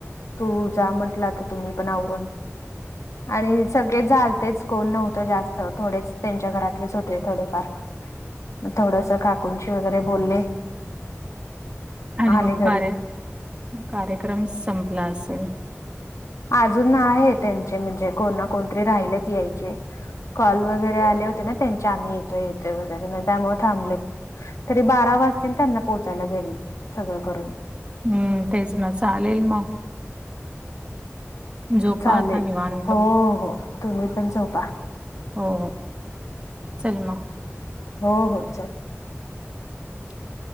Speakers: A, on the left; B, on the right.
A: तू जा म्हंटला आता तुम्ही पण आवरून. आणि सगळे झालतेच कोण नव्हतं जास्त थोडेच त्यांच्या घरातलेच होते थोडेफार. म थोडस काकुंची वगैरे बोलले.
B: आणि
A: आले
B: मग
A: घरी
B: कार्य कार्यक्रम संपला असेल.
A: अजून आहे त्यांचे म्हणजे कोण ना कोणतरी राहिलेत यायचे. कॉल वगैरे आले होते ना त्यांचे आम्ही येतोय-येतोय वगैरे मग त्यामुळे थांबलेत. तरी बारा वाजतील त्यांना पोहोचायला घरी सगळं करून.
B: हम्म तेच ना चालेल मग. झोपा
A: चालेल
B: आता निवांत.
A: हो हो तुम्ही पण झोपा.
B: होहो चल मग.
A: हो हो चल.
B: <unintelligible>